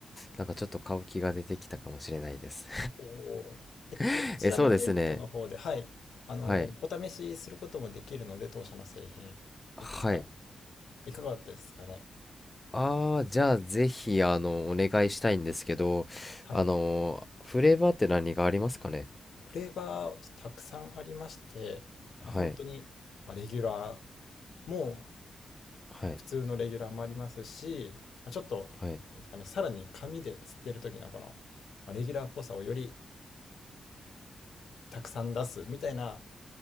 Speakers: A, on the left; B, on the left.
A: なんかちょっと買う気が出てきたかもしれないです
B: おおーえっと、
A: <laughs>
B: こちらのテントの方で、
A: えそうですね
B: はい、あの、
A: はい
B: お試しすることもできるので、当社の製品、
A: はい
B: いくつか、いかがですかね。
A: ああじゃあぜひあのお願いしたいんですけどあのフレーバーって何がありますかね
B: はい。フレーバー、たくさんありまして、まあ本当に、
A: はい
B: まあ、レギュラーも
A: はい
B: 普通のレギュラーもありますし、まあ、ちょっと、
A: はい。
B: なんですかね、さらに紙で吸ってる時のこの、まあ、レギュラーっぽさをよりたくさん出すみたいな